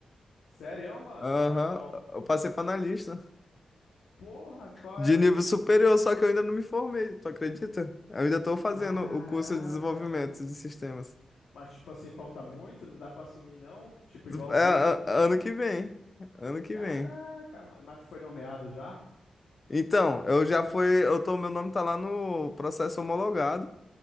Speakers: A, on the left (about 85°); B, on the left (about 25°).
A: Sério, mano?
B: Aham,
A: Em qual?
B: eu passei para analista.
A: Porra, qual
B: De
A: é o.
B: nível superior, só que eu ainda não me formei, tu acredita? Eu ainda estou fazendo
A: Caraca,
B: o curso de desenvolvimento
A: mano.
B: de sistemas.
A: Mas, tipo assim, falta muito? Não dá pra assumir, não? Tipo, igual
B: É,
A: o Vitor?
B: a- ano que vem, ano que
A: Caraca,
B: vem.
A: mano. Mas tu foi nomeado já?
B: Então, eu já fui, eu tô, meu nome tá lá no processo homologado,